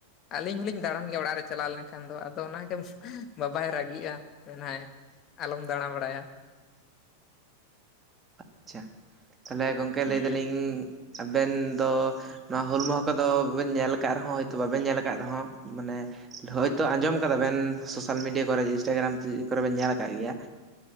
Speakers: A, on the left; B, on the right.
A: ᱟᱹᱞᱤᱧ ᱦᱚᱞᱤᱧ ᱫᱟᱬᱟᱱ ᱜᱮᱭᱟ ᱚᱲᱟᱜ ᱨᱮ ᱪᱟᱞᱟᱣ ᱞᱮᱱᱠᱷᱟᱱ ᱫᱚ ᱟᱫᱚ ᱚᱱᱟᱜᱮ ᱵᱟᱵᱟᱭ ᱨᱟᱹᱜᱤᱜᱼᱟ ᱢᱮᱱᱟᱭ ᱟᱞᱚᱢ ᱫᱟᱬᱟ ᱵᱟᱲᱟᱭᱟ
B: ᱟᱪᱪᱷᱟ ᱛᱟᱦᱞᱮ ᱜᱚᱝᱠᱮ
A: ᱦᱩᱸ
B: ᱞᱟᱹᱭ ᱫᱟᱞᱤᱧ ᱟᱵᱮᱱ ᱫᱚ ᱱᱚᱣᱟ ᱦᱩᱞ ᱢᱚᱦᱟ ᱠᱚᱫᱚ ᱵᱮᱱ ᱧᱮᱞ ᱟᱠᱟᱫ ᱨᱮᱦᱚᱸ ᱦᱚᱭᱛᱳ ᱵᱟᱵᱮᱱ ᱧᱮᱞ ᱟᱠᱟᱫ ᱨᱮᱦᱚᱸ ᱢᱟᱱᱮ ᱦᱳᱭᱛᱚ ᱟᱸᱡᱚᱢ ᱠᱟᱫᱟ ᱵᱮᱱ ᱥᱳᱥᱟᱞ ᱢᱤᱰᱤᱭᱟ ᱠᱚᱨᱮ ᱤᱱᱥᱴᱟᱜᱨᱟᱢ ᱠᱚᱨᱮ ᱵᱮᱱ ᱧᱮᱞ ᱟᱠᱟᱫ ᱜᱮᱭᱟ <inaudible>